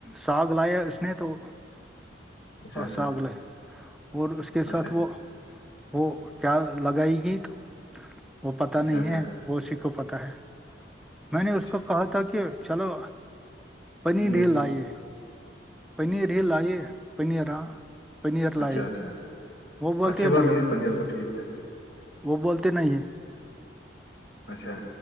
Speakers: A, in the centre; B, on the left.
A: ساگ لایا اس نے تو
B: اچھا اچھا
A: ساگ ل ہے اور اس کے ساتھ
B: اچھا
A: وہ وہ کیا لگائے گی تو وہ پتا
B: اچھا
A: نہیں
B: اچھا
A: ہے وہ اسی کو پتا ہے میں نے
B: اچھا
A: اس کو
B: اچھا
A: کہا تھا کہ چلو پنی
B: ہ
A: ڈھیل لائیے پنیر ہی لائیے پنیرا پنیر
B: اچھا
A: لائی
B: اچھا اچھا
A: وہ بولتے
B: اچھی بات
A: نہیں
B: ہے پنیر تو ٹھیک ہے
A: وہ بولتے نہیں ہے
B: اچھا